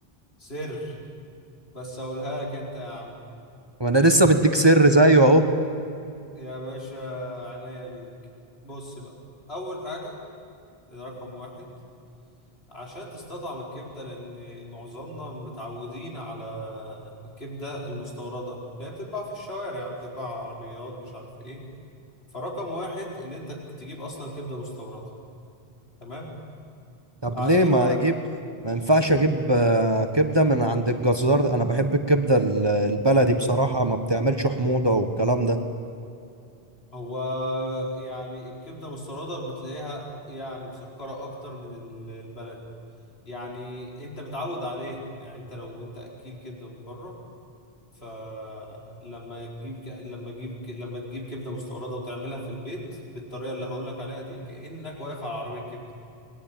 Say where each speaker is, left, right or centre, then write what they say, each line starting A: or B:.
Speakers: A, on the left; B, on the right.
A: سر بس اقولها لك انت يا عم
B: وانا لسه مديك سر زيه اهو
A: يا باشا عناية ليك بص بقى أول حاجة ده رقم واحد عشان تستطعم الكبدة لأن معظمنا متعودين على الكبدة المستوردة اللي هي بتتباع في الشوارع بتتباع على العربيات مش عارف إيه فرقم واحد إن أنت تجيب أصلا كبدة مستوردة تمام
B: طب
A: بعديها
B: ليه ما اجيب ما ينفعش اجيب آه، كبده من عند الجزار انا بحب الكبده ال- البلدي بصراحه ما بتعملش حموضه والكلام ده
A: هو يعني الكبدة المستوردة بتلاقيها يعني مسكرة أكتر من ال- البلدي يعني أنت متعود عليها يعني أنت لو أنت أكيل كبدة من بره فلما تجيب ك... لما تجيب ك... لما تجيب كبده مستورده وتعملها في البيت بالطريقه اللي هقول لك عليها دي كانك واقف على عربيه كبده